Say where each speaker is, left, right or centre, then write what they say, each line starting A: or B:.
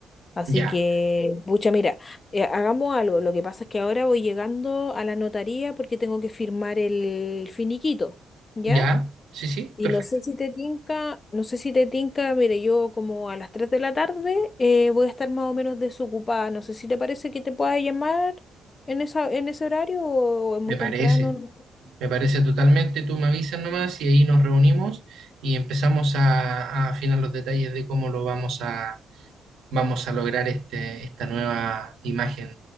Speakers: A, on the left; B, on the right.
A: Así
B: Ya,
A: que, pucha, mira, eh, hagamos algo. Lo que pasa es que ahora voy llegando a la notaría porque tengo que firmar el finiquito, ¿ya?
B: ya, sí, sí,
A: Y
B: perfecto.
A: no sé si te tinca, no sé si te tinca, mire, yo como a las tres de la tarde eh, voy a estar más o menos desocupada. No sé si te parece que te pueda llamar en esa, en ese horario o, es muy
B: Me parece,
A: temprano. no sé.
B: me parece totalmente. Tú me avisas nomás y ahí nos reunimos y empezamos a, a afinar los detalles de cómo lo vamos a, vamos a lograr este, esta nueva imagen